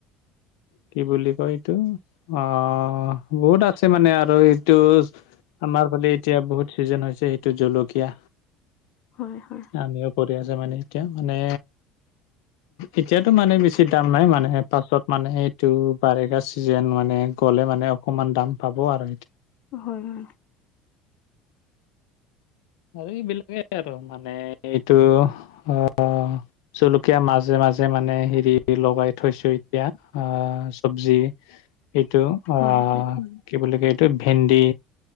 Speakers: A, on the left; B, on the left.
A: কি বুলি কয় এইটো, অ' বহুত আছে মানে আৰু এইটো আমাৰ ফালে এতিয়া বহুত ছিজন হৈছে সেইটো জলকীয়া
B: হয় হয়
A: আমিও কৰি আছে মানে এতিয়া মানে এতিয়াতো মানে বেছি দাম নাই মানেহে পাছত মানেহে এইটো বাৰিষা চিজন মানে গ'লে মানে অকমান দাম পাব আৰু।
B: হয় হয়
A: আৰু এইবিলাকেই আৰু মানে এইটো অ জলকীয়া মাজে - মাজে মানে হেৰি লগাই থৈছো এতিয়া অ চব্জি এইটো অ'
B: হয় হয়
A: কি বুলি কয় এইটো ভেন্দি